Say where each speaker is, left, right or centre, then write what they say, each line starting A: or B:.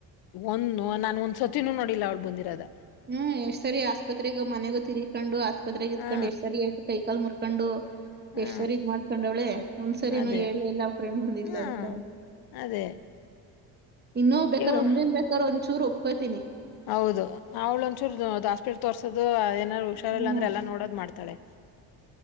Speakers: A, on the left; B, on the right.
A: ಒಂದು ನಾನನ್ ಒಂದ್ ಸತಿನೂ ನೋಡಿಲ್ಲ ಅವಳ ಬಂದಿರದ
B: ಹ್ಮ್ ಎಷ್ಟ್ ಸರಿ ಆಸ್ಪತ್ರೆಗ ಮನೆಗೂ ತಿರಿಕು ಆಸ್ಪತ್ರೆಗ್ ಇತ್ಕೊಂಡ್
A: ಹಾ
B: ಎಷ್ಟ್ ಸರಿ ಕೈ ಕಾಲ್ ಮುರ್ ಕಂಡು
A: ಹಾ
B: ಎಷ್ಟ್ ಸರಿ ಇದ್ ಮಾಡ್ಕೊಂಡವ್ಳೆ ಒಂದ್ಸರಿನನು
A: ಅದೇ
B: ಹೇಳೇ ಇಲ್ಲ ಫ್ರೆಂಡ್ ಬಂದಲು
A: ಹಾ
B: ಅಂತ
A: ಅದೇ
B: ಇನ್ನೊ ಬೇಕಾರ
A: ಇವ್
B: ಒಮ್ಮೇನ್ ಬೇಕಾರ ಒಂದ ಚೂ ರ ಒಪ್ಕೊತೀನಿ
A: ಹೌದು ಅವ್ಳು ಒಂದ್ಚೂರು ಹಾಸ್ಪಿಟ್ಲ್ ತೋರ್ಸೋದು ಏನಾರರು ಹುಷಾರಿಲ್ಲ
B: ಹ್ಮ್
A: ಅಂದ್ರ ಎಲ್ಲಾ ನೋಡೋದ ಮಾಡತಾಳೆ